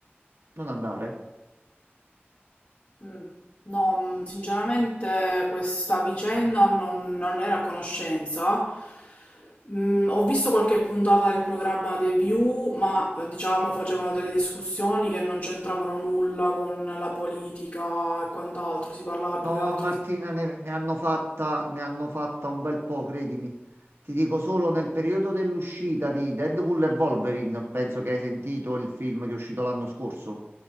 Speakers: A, on the right; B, on the left.
A: non andare.
B: Mm. No, mm, sinceramente questa vicenda non, non era a conoscenza. Mm, ho visto qualche puntata del programma The View, ma eh, diciamo facevano delle discussioni che non c'entravano nulla con la politica e quant'altro, si parlava
A: No,
B: più che altro
A: Martina,
B: di...
A: ne, ne hanno fatta, ne hanno fatta un bel po', credimi. Ti dico solo nel periodo dell'uscita di Deadpool e Wolverine, penso che hai sentito il film che è uscito l'anno scorso.